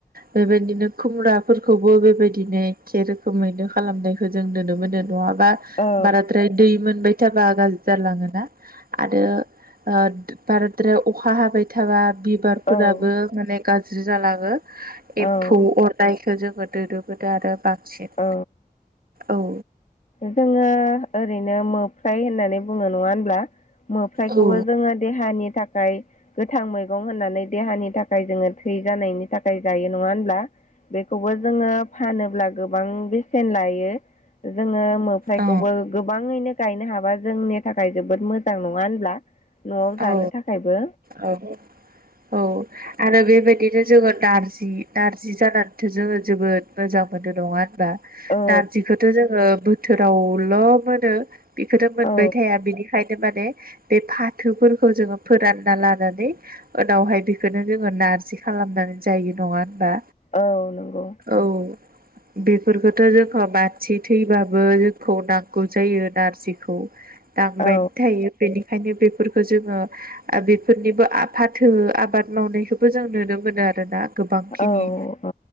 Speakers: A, on the right; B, on the left.
A: बेबायदिनो खुम्राफोरखौबो बेबायदिनो एखे रोखोमैनो खालामनायखौ जों नुनो मोनो नङाबा
B: औ
A: बाराद्राय दै मोनबाय थाबा गाज्रि जालाङोना। आरो ओ बाराद्रायाव अखा हाबाय थाबा बिबारफोराबो
B: औ
A: माने गाज्रि जालाङो
B: औ
A: एम्फौ अरनाय बेखौ जोङो नुनो मोनो आरो बांसिन
B: औ
A: औ
B: जोङो ओरैनो मोफ्राय होननानै बुङो नङा होनब्ला मोफ्रायाइखौबो
A: औ
B: जोङो देहानि थाखा खाय गोथां मैगं होननानै देहानि थाखाय जोङो थै जानायनि थाखाय जायो नङा होनब्ला। बेखौबो जोङो फानोब्ला गोबां बेसेन लायो जोङो मोफ्रायखौबो
A: औ
B: गोबाङैनो गायनो हाबा जोंनि थाखाय जोबोद मोजां नङा होनब्ला। न'आव
A: औ
B: जानो थाखायबो
A: औ औ आरो बेबाय बिदिनो जोङो नारजि नारजि जानानैथ' जोङो जोबोद मोजां मोनो नङा होन बा
B: औ
A: नारजिखौथ' जोङो बोथोरावल' मोनो। बेखौथ' मोनबाय
B: औ
A: थाया बिनिखायनो माने बे फाथोफोरखौ जोङो फोरानना लानानै उनावहाय बेखौनो जोङो नारजि खालामनानै जायो। नङा होनबा?
B: औ नंगौ।
A: औ बेफोरखौथ' जोंखौ मानसि थैबाबो जोंखौ नांगौ जायो नारजिखौ। नांबायनो
B: औ
A: थायो। बेनिखायनो बे फोरफोरखौ जोङो आ बेफोरनिबो फाथो आबाद मावनायखौबो जों नुनो मोनो आरोना। गोबांखिनि।
B: औ औ